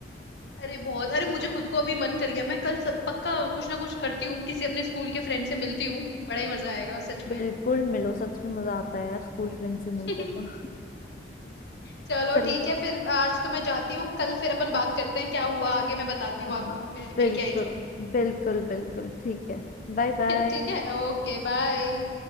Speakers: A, on the left (about 65°); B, on the left (about 45°).
A: अरे बहुत अरे मुझे खुद को अभी मन कर गया मैं कल सब, पक्का कुछ ना कुछ करती हूँ किसी अपने स्कूल के फ्रेंड से मिलती हूँ बड़ा ही मजा आएगा सच में
B: बिल्कुल मिलो सच में मजा आता है यार स्कूल फ्रेंड से
A: <laughs>
B: मिलके तो <laughs>
A: चलो
B: चलो
A: ठीक है फिर आज तो मैं जाती हूँ कल फिर अपन बात करते हैं क्या हुआ आगे मैं बताती हूँ
B: हाँ
A: आपको मैं
B: बिल्कुल
A: मिल के आई जो <laughs>
B: बिल्कुल बिल्कुल ठीक है Bye bye
A: ठीक है ओके बाय